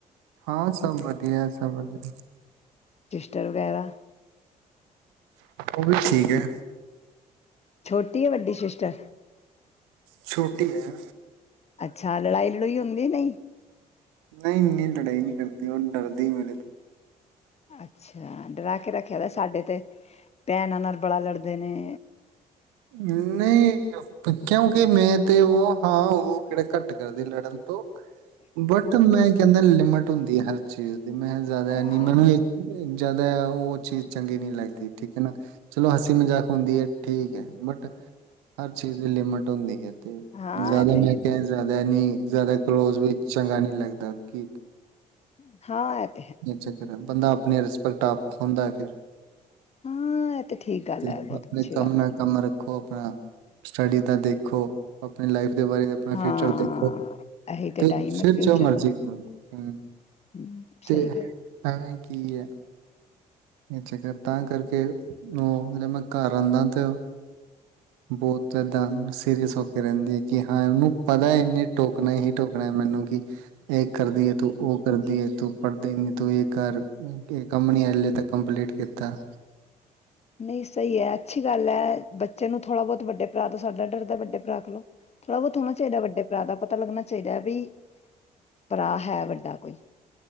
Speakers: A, on the right; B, on the left.
A: ਹਾਂ ਸਭ ਵਧੀਆ ਸਭ ਵਧੀਆ
B: ਸੀਸਟਰ ਵਗੈਰਾ
A: ਉਹ ਵੀ ਠੀਕ ਹੈ।
B: ਛੋਟੀ ਹੈ ਵੱਡੀ ਸਿਸਟਰ
A: ਛੋਟੀ ਹੈ।
B: ਅੱਛਾ ਲੜਾਈ ਲੜੂਈ ਹੁੰਦੀ ਨਹੀਂ।
A: ਨਹੀਂ ਇੰਨੀ ਲੜਾਈ ਨਹੀਂ ਕਰਦੀ ਔਰ ਡਰਦੀ ਮੇਰੇ ਤੋਂ
B: ਅੱਛਾ ਡਣਾ ਕੇ ਰੱਖਿਆ ਤਾਂ ਸਾਡੇ ਤੇ ਭੈਣ ਆ ਨਾਲ ਬੜਾ ਲੜਦੇ ਨੇ
A: ਨਹੀਂ ਕਿਉਂਕਿ ਮੈਂ ਤੇ ਉਹ ਹਾਂ ਉਹ ਕਿਹੜਾ ਘੱਟ ਕਰਦੀ ਲੜਨ ਤੇ ਬਟ ਮੈਂ ਕ ਅਦਰ ਲਿਮਿਟ ਹੁੰਦੀ ਹੈ ਹਰ ਚੀਜ਼ ਤੇ ਮੈਂ ਜ਼ਿਆਦਾ
B: ਹਾਂ,
A: ਨੀ ਮੈ ਜ਼ਿਆਦਾ ਉਹ ਚੀਜ਼ ਚੰਗੀ ਨਹੀਂ ਲਗਦੀ ਲੱਗਦੀ ਠੀਕ ਹੈ। ਨਾ ਚਲੋ ਹਸੀ ਮਜ਼ਾਕ ਹੁੰਦੀ ਹੈ ਠੀਕ ਹੈ। ਬਟ ਹਰ ਚੀਜ਼ ਦੀ ਲਿਮਿਟ ਹੁੰਦੀ ਹੈ। ਤੇ
B: ਹਾਂ
A: ਜ਼ਿਆਦਾ
B: ਇਹ ਤੇ
A: ਮਹਿ
B: ਹੈ
A: ਕਿਹਾ ਜ ਹੈ ਨੀ ਜ਼ਿਆਦਾ ਕਲੋਜ ਵੀ ਚੰਗਾ ਨਹੀਂ ਲੱਗਦਾ ਕਿ
B: <inaudible> ਹਾਂ ਆ ਤੇ ਹੈ
A: ਇਹ ਚੱਕਰ ਬੰਦਾ ਆਪਣੀ ਰਿਸਪੈਕਟ ਆਪ ਖੋਂਦਾ ਫਿਰ
B: ਹਾਂ ਇਹ ਤੇ ਠੀਕ ਗੱਲ
A: ਤੇ
B: ਹੈ ਬਹੁਤ
A: ਆਪਣੇ
B: ਅੱਛੀ
A: ਕੰਮ
B: ਗੱਲ
A: ਨਾ
B: ਹੈ
A: ਕੰਮ ਰੱਖੋ ਆਪਣਾ ਸਟੱਡੀ ਦਾ ਦੇਖੋ ਆਪਣੀ ਲਾਈਫ ਉਸਦੇ ਬਾਰੇ ਆਪਣਾ
B: ਹਾਂ
A: ਫਿਊਚਰ ਦੇਖੋ
B: ਇਹੀ
A: ਤੇ
B: ਟਾਈਮ
A: ਫਿਰ
B: ਹੈ ਫਿਊਚਰ
A: ਜੋ ਮਰਜੀੀ
B: ਦਾ
A: ਕਰੂ ਹਮ
B: ਹਮ, ਸਹੀ
A: ਤੇ
B: ਗੱਲ
A: ਹਂ ਕੀ ਹੈ ਇਹ ਚੱਕ ਤਾਂ ਕਰਕੇ ਉਹ ਜ ਮੈਂ ਘਰ ਆਉਂਦਾ ਤੇ ਬਹੁਤ ਏਦਾਂ ਸੀਰੀਅਸ ਹੋ ਕੇ ਰਹਿੰਦੀ ਹੈ ਕਿ ਹਾਂ ਉਹਨੂੰ ਪਤਾ ਇੰਨੇ ਟੋਕਣਾ ਹੀ ਟੋਕਣਾ ਹੈ ਮੈਨੂੰ ਕਿ ਇਹ ਕਰਦੀ ਹੈ ਤੂੰ ਉਹ ਕਰਦੀ ਹੈ ਤੂੰ ਪੜ੍ਹਦੀਨੀ ਤੂੰ ਇਹ ਕਰਰ ਕੰਨੀ ਐੱਲ ਤ ਕੰਪਲੀਟ ਕੀਤਾ ਕੀਤਾ
B: ਨਹੀਂ ਸਹੀ ਹੈ ਅੱਛੀ ਗੱਲ ਹੈ ਬੱਚੇ ਨੂੰ ਥੋੜ੍ਹਾ ਬਹੁਤ ਵੱਡੇ ਭਰਾ ਤੋਂ ਸਾਡਾ ਡਰਦਾ ਵੱਡੇ ਭਰਾ ਕਲੋ ਥੜ੍ਹ ਬਹੁਤ ਹੋਣਾ ਚਹੀਦਾ ਵੱੇ ਭਰਾ ਦਾ ਪਤਾ ਲੱਗਣਾ ਚਾਹੀਦਾ ਵੀ ਭਰਾ ਹੈ ਵੱਡਾ ਕੋਈ